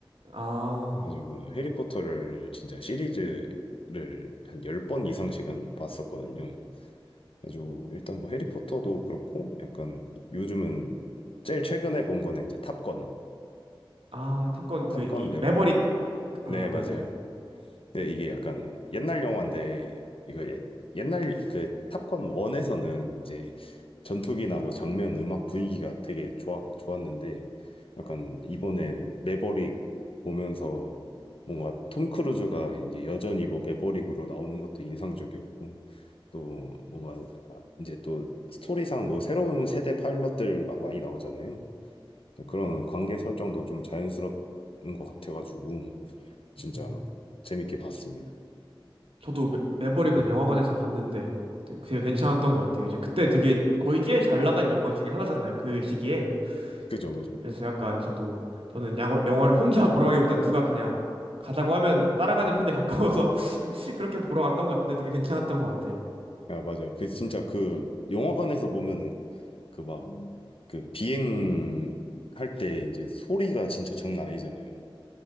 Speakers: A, on the right; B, on the left.
A: 아,
B: 가지고 해리포터를 진짜 시리즈를 한 10번 이상씩은 봤었거든요. 그래가지고 일단 뭐 해리포터도 그렇고, 약간 요즘은 제일 최근에 본 거는 이제 탑건.
A: 아, 탑건
B: 탑건
A: 그 이-
B: 매버릭.
A: 매버릭
B: 네,
A: 아,
B: 맞아요.
A: 네네.
B: 네, 이게 약간 옛날 영화인데 이거 예- 옛날 그 탑건 1에서는 이제 전투기나 뭐 장면, 음악 분위기가 되게 좋았 좋았는데 약간 이번에 매버릭 보면서 뭔가 톰 크루즈가 이제 여전히 뭐 매버릭으로 나오는 것도 인상적이었고 또 뭔가 이제 또 스토리상 뭐 새로운 세대 파일럿들 막 많이 나오잖아요. 그런 관계 설정도 좀 자연스럽 인것 같아가지고 진짜
A: 음.
B: 재밌게 봤습니다.
A: 저도 매- 매버릭은
B: 음.
A: 영화관에서 봤는데 근데 되게 괜찮았던 것 같아요. 이제 그때 되게 거의 제일 잘 나간 영화 중에 하나잖아요. 그 시기에.
B: 그죠, 그죠.
A: 그래서 약간 저도 저는 양 영화를 혼자 <laughs> 보러 가기보단 누가 그냥 가자고 하면 따라가는
B: 아,
A: 편에 가까워서 <laughs> 그렇게 보러 갔던 것 같은데 되게 괜찮았던 것 같아요.
B: 아, 맞아요. 그 진짜 그 영화관에서 보면은 그 막 그 비행 할 때 이제 소리가 진짜 장난 아니잖아요.